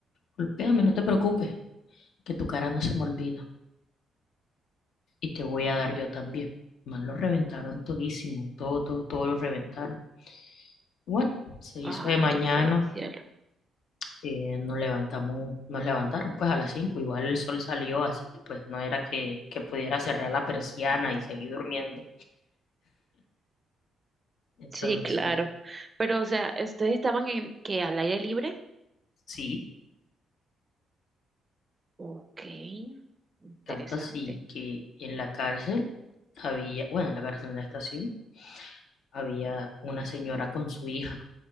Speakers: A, on the left; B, on the right.
A: golpéame, no te preocupes, que tu cara no se me olvida y te voy a dar yo también. El Man, lo reventaron todísimo, todo, todo, todo lo reventaron. Bueno, se
B: Ay,
A: hizo de mañana,
B: qué feo, cielo.
A: eh, nos levantamos, nos levantaron pues a las 5 igual el sol salió, así que pues no era que, que pudiera cerrar la persiana y seguir durmiendo. Entonces,
B: Sí, claro. Pero, o sea, ¿ustedes estaban en que al aire libre?
A: sí,
B: Ok, interesante.
A: tanto así que en la cárcel había, bueno, en la cárcel en la estación, había una señora con su hija,